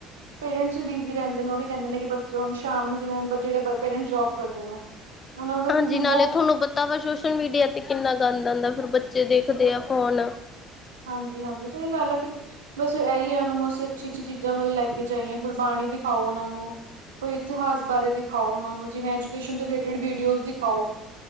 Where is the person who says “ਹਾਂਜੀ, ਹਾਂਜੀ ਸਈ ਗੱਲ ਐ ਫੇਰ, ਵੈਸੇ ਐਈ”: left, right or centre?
Right